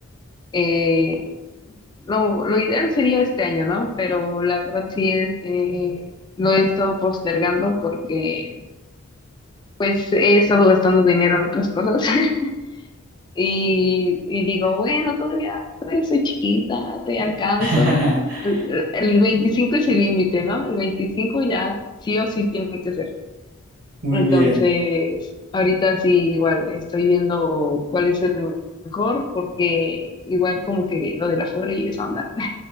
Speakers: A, on the left; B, on the right.
A: eh, lo, lo ideal sería este año, ¿no? Pero la verdad sí es, eh, lo he estado postergando porque pues he estado gastando dinero en otras cosas <laughs> y, y digo, bueno, todavía, todavía soy chiquita, todavía alcanzo.
B: <laughs>
A: El, el 25 es el límite, ¿no? El 25 ya sí o sí tiene que ser.
B: Muy
A: Entonces,
B: bien.
A: ahorita sí igual estoy viendo cuál es el mejor porque igual como que lo de la fuera y esa onda